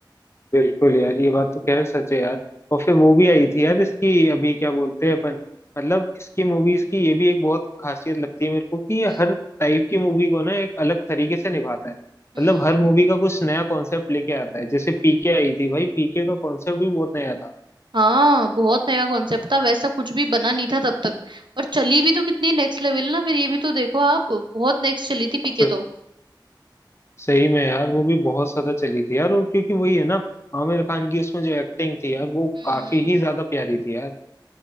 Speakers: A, on the left; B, on the right.
A: बिल्कुल यार ये बात तो खैर सच है यार और फिर वो भी आई थी यार इसकी अभी क्या बोलते हैं अपन मतलब इसकी मूवीज की ये भी एक बहुत खासियत लगती है मेरे को कि ये
B: हम्म
A: हर टाइप की मूवी को ना एक अलग तरीके से निभाता है
B: हम्म
A: मतलब हर मूवी का कुछ नया कॉन्सेप्ट लेके आता है जैसे पीके आई थी भाई पीके का कॉन्सेप्ट भी बहुत नया था
B: हाँ बहुत नया कॉन्सेप्ट था वैसा कुछ भी बना नहीं था तब तक और चली भी तो कितनी नेक्स्ट लेवल ना फिर ये भी तो देखो आप बहुत नेक्स्ट चली थी पीके
A: स-
B: तो
A: सही में यार वो भी बहुत ज्यादा चली थी यार और क्योंकि वही है ना आमिर खान की उसमें जो एक्टिंग थी यार वो
B: हम्म
A: काफी ही ज्यादा प्यारी थी यार